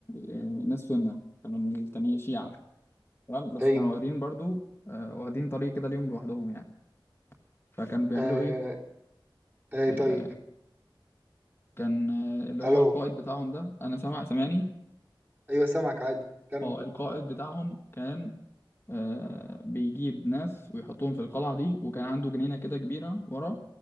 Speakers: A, on the left; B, on the right.
A: آه، ناس سنة كانوا التانيين شيعة تمام بس
B: ايوه
A: كانوا واخدين برضو آه، واخدين طريق كده ليهم لوحدهم يعني فكانوا بيعملوا
B: آه.
A: ايه
B: اي
A: آه،
B: طيب
A: كان آه، اللي هو
B: الو
A: القائد بتاعهم ده انا سمع سمعني
B: ايوه سامعك عادي كمل
A: اه القائد بتاعهم كان آه، بيجيب ناس ويحطهم في القلعة دي وكان عنده جنينة كده كبيرة ورا